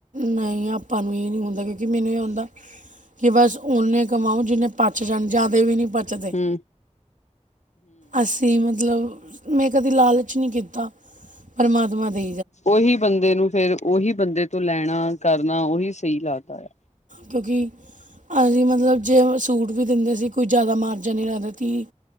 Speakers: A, on the right; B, on the left.
A: ਨਈ ਆਪਾਂ ਨੂੰ ਏ ਨੀ ਹੁੰਦਾ ਕਿਉਂਕਿ ਮੈਨੂੰ ਐ ਹੁੰਦਾ ਕਿ ਬਸ ਓਨੇ ਕਮਾਓ ਜਿੰਨੇ ਪਚ ਜਾਣ ਜਾਦੇ ਵੀ ਨੀ ਪਚਦੇ।
B: ਹੁੰ
A: ਅਸੀਂ ਮਤਲਬ ਮੈਂ ਕਦੇ ਲਾਲਚ ਨੀ ਕੀਤਾ ਪਰਮਾਤਮਾ ਦੇ
B: ਓਹੀ ਬੰਦੇ ਨੂੰ ਫੇਰ ਓਹੀ ਬੰਦੇ ਤੋਂ ਲੈਣਾ ਕਰਨਾ ਓਹੀ ਸਈ ਲੱਗਦਾ ਆ।
A: ਕਿਓਕਿ ਅਸੀਂ ਮਤਲਬ ਜੇ ਓ ਸੂਟ ਵੀ ਦਿੰਦੇ ਸੀ ਕੋਈ ਜ਼ਿਆਦਾ ਮਾਰਜਨ ਨੀ ਰੱਗਦੇ ਥੀ।